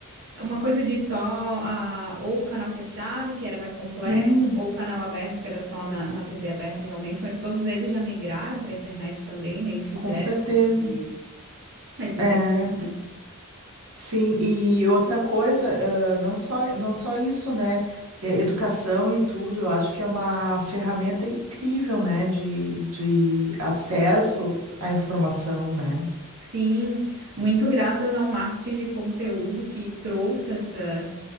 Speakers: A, on the right (about 55°); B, on the right (about 80°).
A: é Uma coisa de só a, ou o canal fechado, que era mais completo,
B: Sim,
A: ou o canal aberto, que era só na, na TV aberta realmente, mas todos eles já migraram para a internet também, né? E fizeram
B: com certeza.
A: esse, essa extensão,
B: É.
A: né?
B: Sim, e outra coisa, ah, não só, não só isso, né? É, Educação e tudo, eu acho que é uma ferramenta incrível, né? De, de acesso à informação, né?
A: Sim, muito graças ao marketing de conteúdo que trouxe essa,